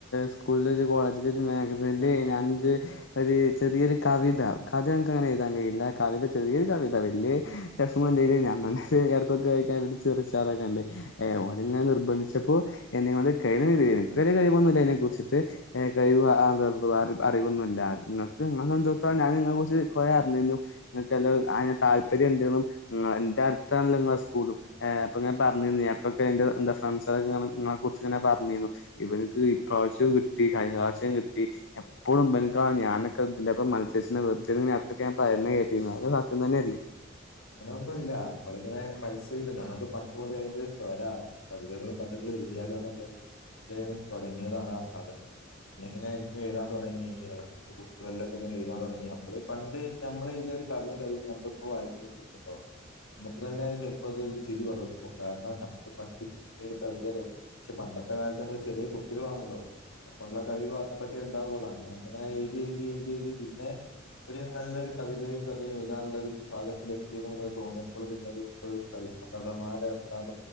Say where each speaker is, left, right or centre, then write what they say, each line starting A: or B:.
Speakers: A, on the left; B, on the left.
A: സ്കൂളിലെ ഒരു കോളേജിലൊരു മാഗസീനില് ഞാ അഞ്ച് ഒരു ചെറിയൊരു കവിത. കഥ ഞക്കങ്ങനെ എഴുതാൻ കഴിയില്ല. കവിത ചെറിയൊരു കവിത വെല്യ. രസമൊന്തെല ഞങ്ങക്ക് ചേർത്തൊക്കെ കഴിക്കാൻ ഒരു ചെറുച്ചാറെക്കെയൊണ്ട്. ഏ ഓനങ്ങനെ നിർബന്ധിച്ചപ്പോയെന്നെ വന്ന് കഴിവെന്തര്, എനക്ക് വെല്യാ കഴിവൊന്നുയില്ലതിനെ കുറിച്ചിട്ട് കഴിവ അങ്ങനെത്തെയറിവൊന്നും ഇല്ല. നിങ്ങക്ക് നിങ്ങടെ സന്തോത്തോ ഞാൻ നിങ്ങളെകുറിച്ച് കൊറെയറിഞ്ഞിരുന്നു. നിങ്ങെക്ക് അയ്ന് താല്പര്യം ഉണ്ടേന്നും എന്റെ അടുത്താണല്ലോ നിങ്ങളെ സ്കൂളും അപ്പൊ ഞാൻ പറഞ്ഞിരുന്നു. ഞാൻ ഒക്കെ എന്റെ എന്റെ ഫ്രണ്ട് സൊക്കെ നിങ്ങെളെക്കുറിച്ചിങ്ങനെ പറഞ്ഞിരുന്നു, ഇവനിക്ക് ഇപ്രാവശ്യോം കിട്ടി കഴിഞ്ഞ പ്രാവശ്യം കിട്ടി, എപ്പോഴും ബെങ്ക ഞാനൊക്കെ ഇതിന്റൊപ്പം മത്സ്യത്തിന്റെ വെറ്തെങ്ങിങ്ങനെ യെറക്കൊക്കെ പറയുന്ന കേട്ടു നിങ്ങെളേക്കാര്യം. സത്യം തന്നെയല്ലേ
B: അങ്ങനൊന്നും ഇല്ല. വളരെ നൈസായി ഞാൻ നോക്കിയപ്പോ പണ്ട്‌ മൊതലതിന്റെ തെരാം. കവിത കളും കഥകളും. എഴുതിയാലോ നല്ലൊതു ഇദ്ദേഹം തൊടങ്ങിയതാണ് ആ സാധനം. പിന്നെ എങ്ങനെയായിരുന്നു എഴ്താൻ തൊടങ്ങിയത്? ഇടക്ക് ബുക്കുകളിലൊക്കെ ഞാനെഴുതാൻ തൊടങ്ങിയത്. നമ്മെള് പണ്ട് ഞമ്മള് ഇതേപ്പോ ഒരു കഥയും കവിതയും. നമ്മളിപ്പോൾ വായിച്ചു നോക്കിയിട്ടൊണ്ടോ? നമ്മുക്ക് തന്നെയത് ചെല്പ്പ്പോയത് ഒരു ചിരി പടർത്തും. കാരണം നമ്മുടെ പണ്ടി കവിതകള്. പക്ഷെ പണ്ടത്തെ കാലത്ത് നമ്മള് ചെറിയ കുട്ടികളാണല്ലോ അപ്പോള്ള കവിതാവാത്തൊക്കെ ഉണ്ടാവൊള്ളൂ. അങ്ങനെ അങ്ങനെ എഴുതി എഴുതി എഴുതി എഴുതി പിന്നെ. ഒരു നല്ലൊരു കവിതയും കഥയും എഴുതാനൊള്ളരു പാഗത്തിലെ തോന്നിയപ്പോൾ പിന്നീട് അ സമാര എത്ത